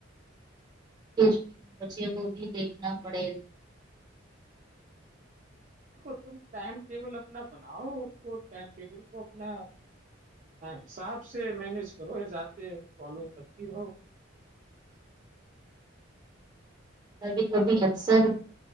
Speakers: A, on the right (about 20°); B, on the right (about 40°).
A: پھر مجھے وہ بھی دیکھنا پڑے گا
B: دیکھو تم ٹائم ٹیبل اپنا بناؤ اس کو ٹائم ٹیبل کو اپنا حساب سے مینیج کرو حساب سے فالو کرتی رہو
A: کبھی کبھی اکثر